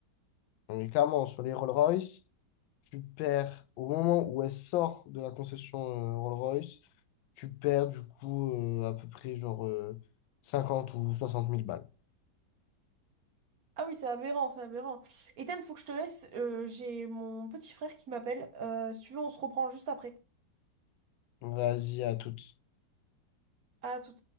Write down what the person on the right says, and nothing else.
Ah oui, c'est aberrant, c'est aberrant. Ethan, faut que je te laisse. Euh, j'ai mon petit frère qui m'appelle. Euh, si tu veux, on se reprend juste après.
À tout